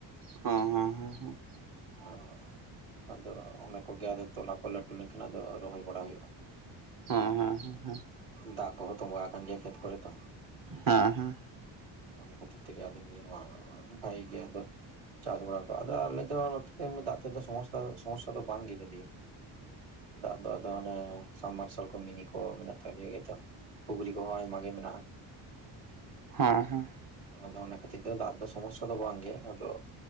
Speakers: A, on the right (about 45°); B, on the right (about 65°).
A: ᱦᱚᱸ ᱦᱚᱸ ᱦᱚᱸ
B: ᱚ ᱟᱫᱚ ᱚᱱᱟ ᱠᱚᱜᱮ ᱛᱚᱞᱟ ᱠᱚ ᱞᱟᱹᱴᱩ ᱞᱮᱱᱠᱷᱟᱱ ᱟᱫᱚ ᱨᱚᱦᱚᱭ ᱵᱟᱲᱟ ᱦᱩᱭᱩᱜᱼᱟ।
A: ᱦᱚᱸ ᱦᱚᱸ ᱦᱚᱸ ᱦᱚᱸ
B: ᱫᱟᱜ ᱠᱚᱸᱦᱚ ᱛᱚᱵᱟ ᱟᱠᱟᱱ ᱜᱮᱭᱟ ᱠᱷᱮᱛ ᱠᱚᱨᱮ ᱛᱚ
A: ᱦᱮᱸ ᱦᱮᱸ
B: ᱚᱱᱟ ᱠᱷᱟᱹᱛᱤᱨ ᱛᱮᱜᱮ ᱟᱫᱚ ᱱᱤᱭᱟᱹ ᱢᱟ ᱵᱷᱟᱭᱤ ᱜᱮ ᱟᱫᱚ ᱪᱟᱥ ᱵᱟᱲᱟ ᱠᱚ ᱟᱫᱚ ᱟᱞᱮ ᱫᱚ ᱮᱢᱱᱤ ᱫᱟᱜ ᱛᱮᱫᱚ ᱥᱚᱢᱚᱥᱥᱟ ᱥᱚᱢᱚᱥᱥᱟ ᱫᱚ ᱵᱟᱝ ᱜᱮ ᱡᱳᱫᱤᱭᱳ ᱫᱟᱜ ᱫᱚ ᱟᱫᱚ ᱚᱱᱮ ᱥᱟᱢᱢᱟᱨᱥᱮᱞ ᱠᱚ ᱢᱤᱱᱤ ᱠᱚ ᱢᱮᱱᱟᱜ ᱛᱟᱞᱮᱭᱟ ᱜᱮᱛᱚ ᱯᱩᱠᱷᱨᱤ ᱠᱚᱦᱚᱸ ᱟᱭᱢᱟ ᱜᱮ ᱢᱮᱱᱟᱜᱼᱟ
A: ᱦᱚᱸ ᱦᱚᱸ
B: ᱟᱫᱚ ᱚᱱᱟ ᱠᱷᱟᱹᱛᱤᱨ ᱛᱮ ᱫᱟᱜ ᱫᱚ ᱥᱚᱢᱚᱥᱥᱟ ᱫᱚ ᱵᱟᱝ ᱜᱮ ᱟᱫᱚ